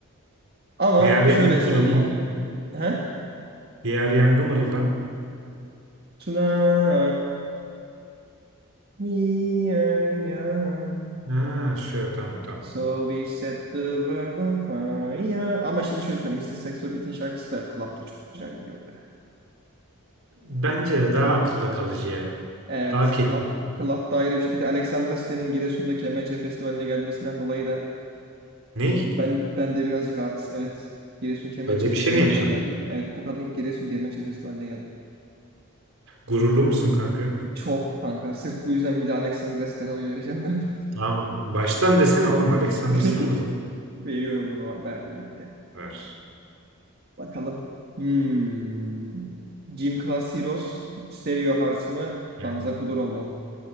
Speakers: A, on the right; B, on the right.
A: Ama
B: Diğer
A: şöyle
B: yangı
A: söyleyeyim.
B: mırıldan.
A: He?
B: Diğer yangı mırıldan.
A: Tonight we are young.
B: Ha, şu tamam tamam.
A: So we set the world on fire. Ama şimdi şöyle söyleyeyim. Mister Saxo Beat'in şarkısı da Club'da çok güzel gidiyor be.
B: Bence de daha akılla kalıcı ya.
A: Evet,
B: Daha ke...
A: Club, Club da ayrı bir şey. Bir de Alexandra Stan'in Giresun'daki Kemençe Festivali'ne gelmesinden dolayı da
B: Ney?
A: Ben ben de birazcık artist. Evet. Giresun Kemençe
B: Öyle
A: Festivali'ne
B: bir şey mi yaşandı?
A: geldim. Evet bu kadın Giresun Kemençe Festivali'ne geldi.
B: Gururlu musun kanka?
A: Çok kanka. Sırf bu yüzden bile Alexandra Sten'e oy vereceğim galiba.
B: Tamam. Baştan desene oğlum Alexander
A: <laughs>
B: sen o zaman.
A: Veriyorum o zaman. Verdim gitti.
B: Ver.
A: Bakalım. Hmm. Gym Class Heroes, Stereo Hearts mı?
B: Yani
A: Danza Kuduro mu?